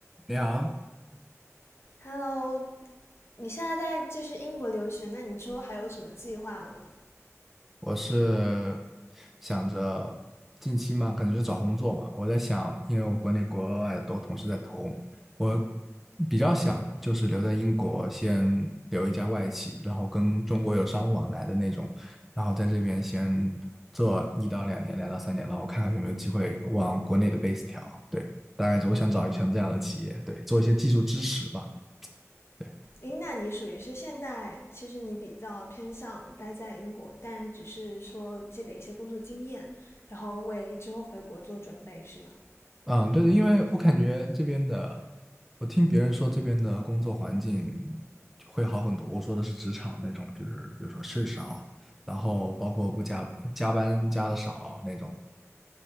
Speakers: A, in the centre; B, on the left (about 50°).
A: 你好，
B: Hello，你现在在就是英国留学，那你之后还有什么计划吗？
A: 我是想着近期嘛，可能就找工作嘛。我在想，因为我国内国外都同时在投嘛我比较想就是留在英国，先留一家外企，然后跟中国有商务往来的那种，然后在这边先做一到两年，两到三年，然后看看有没有机会往国内的 base 调。对，大概是我想找一想这样的企业，对，做一些技术支持吧。对。
B: 诶，那你属于是现在，其实你比较偏向待在英国，但只是说积累一些工作经验，然后为之后回国做准备，是吗？
A: 嗯，对的，因为我感觉这边的，我听别人说这边的工作环境会好很多。我说的是职场那种，就是比如说事儿少，然后包括不加加班加的少那种，